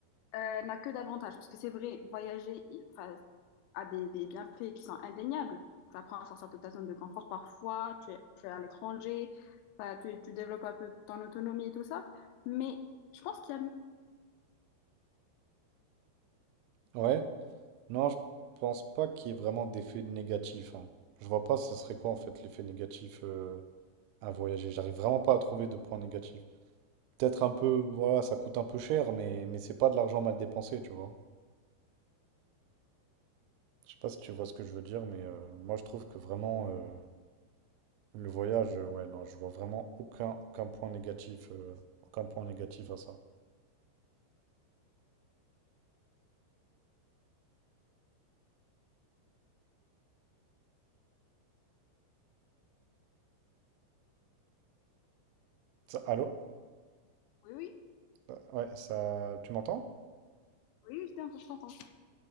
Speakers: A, on the left; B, on the right.
A: euh, n'a que d'avantages? Parce que c'est vrai, voyager il, enfin, a des, des bienfaits qui sont indéniables. Tu apprends à sortir de ta zone de confort parfois, tu es, tu es à l'étranger, enfin, tu, tu développes un peu ton autonomie et tout ça. Mais je pense qu'il y a...
B: Ouais. Non, je pense pas qu'il y ait vraiment d'effet négatif. hein. Je vois pas ce serait quoi en fait l'effet négatif euh, à voyager. J'arrive vraiment pas à trouver de point négatif. Peut-être un peu, voilà, ça coûte un peu cher, mais, mais c'est pas de l'argent mal dépensé, tu vois. Je sais pas si tu vois ce que je veux dire, mais euh, moi je trouve que vraiment euh, le voyage, euh, ouais, non, je vois vraiment aucun, aucun point négatif, euh, aucun point négatif à ça. Ça- allô?
A: Oui, oui.
B: Euh, Ouais, ça, tu m'entends?
A: Oui, oui, je t'entends, je t'entends.